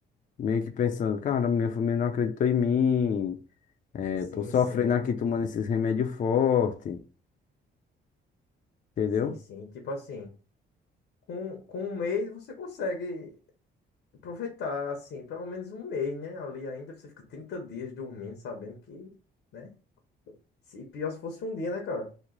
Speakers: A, on the left; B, on the left.
A: Meio que pensando, cara, minha família não acreditou em mim. É,
B: Sim,
A: tô sofrendo
B: sim,
A: aqui tomando esses remédios fortes, entendeu?
B: sim, sim, tipo assim... Com, com um mês você consegue. Aproveitar, assim, pelo menos um mês, né? Ali ainda você fica 30 dias dormindo, sabendo que, né? Se pior se fosse um dia, né, cara?